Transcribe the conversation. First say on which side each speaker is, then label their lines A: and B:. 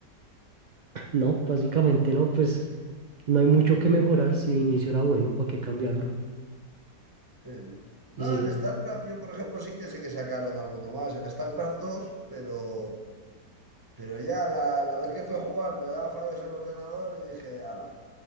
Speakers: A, on the right; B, on the right.
A: No, básicamente no, pues no hay mucho que mejorar. Si de inicio era bueno, ¿para qué cambiarlo?
B: Sí, sí. No,
A: Y sigues.
B: el StarCraft,
A: <laughs>
B: yo por ejemplo sí que sé que sacaron alguno más, el StarCraft dos pero, pero ya la, la vez que fui a jugar me daba fallos el ordenador y dije, ala,